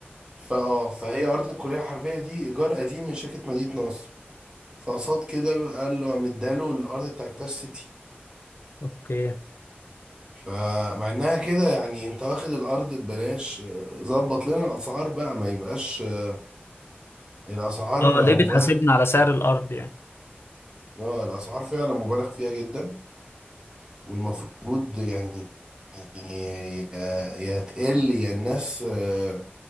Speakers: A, on the right; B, on the left.
A: فاه فهي ارض الكليه الحربيه دي ايجار قديم من شركه مدينه نصر فقصاد كده قال له قام اداله الارض بتاعه تاش سيتي
B: اوكي
A: فمع انها كده يعني انت واخد الارض ببلاش آه، ظبط لنا الاسعار بقى ما يبقاش آه، الاسعار
B: اه ليه
A: آه، مبالغ
B: بتحاسبنا على سعر
A: فيها
B: الارض يعني
A: اه الاسعار فعلا مبالغ فيها جدا والمفروض يعني يا يا تقل يا الناس آه،